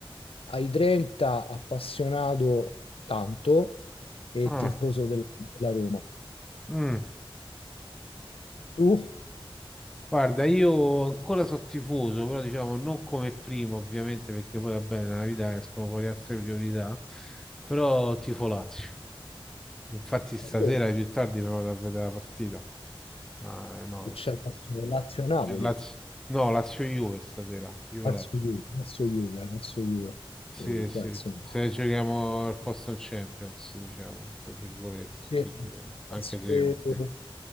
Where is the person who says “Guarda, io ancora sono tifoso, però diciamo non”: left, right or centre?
Centre